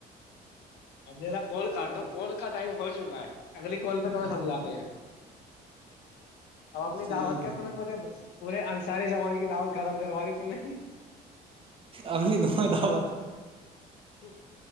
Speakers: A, on the left; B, on the right.
A: اب میرا کال کا تو کال کا ٹائم ہو چکا ہے <unintelligible> اگلی کال پہ تمہیں سمجھاتے ہیں اب اپنی
B: ٹھیک
A: دعوت کے
B: ہے
A: تو پورے انصاری سماج کی دعوت ختم کروانی ت نے
B: انی د دوت
A: ہ